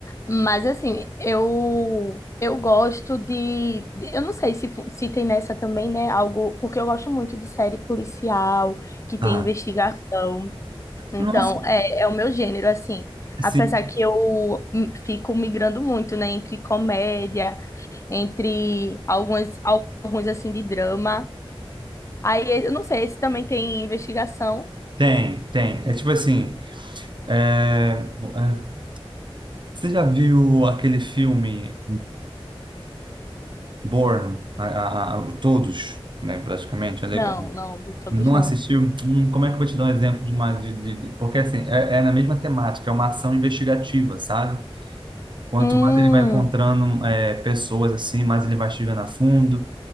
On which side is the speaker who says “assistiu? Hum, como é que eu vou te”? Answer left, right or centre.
Right